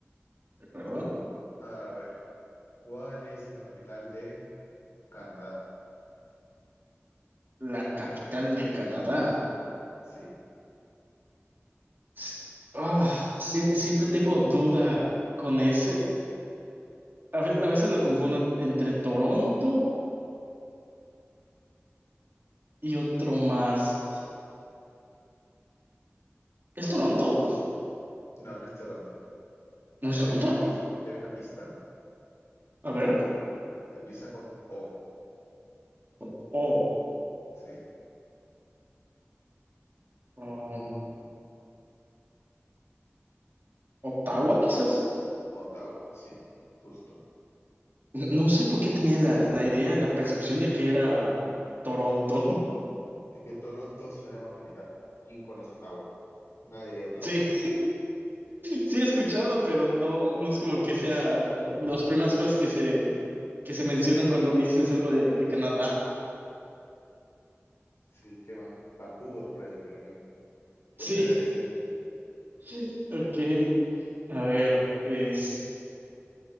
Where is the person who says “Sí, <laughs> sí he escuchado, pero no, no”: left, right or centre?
Right